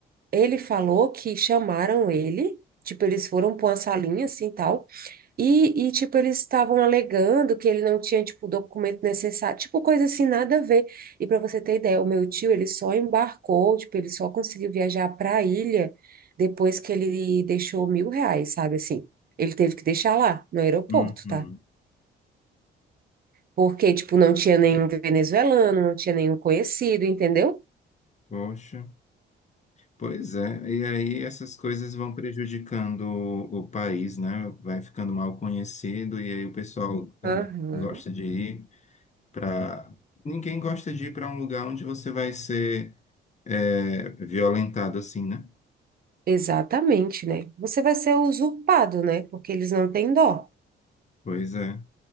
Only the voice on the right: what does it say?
ele falou que chamaram ele, tipo, eles foram para uma salinha assim tal, e, e tipo, eles estavam alegando que ele não tinha, tipo, o documento necessário, tipo, coisa assim, nada a ver. E para você ter ideia, o meu tio, ele só embarcou, tipo, ele só conseguiu viajar para a ilha depois que ele deixou mil reais, sabe assim? Ele teve que deixar lá, no aeroporto,
tá? Porque, tipo, não tinha nenhum venezuelano, não tinha nenhum conhecido, entendeu?
Aham.
Exatamente, né? Você vai ser usurpado, né? Porque eles não têm dó.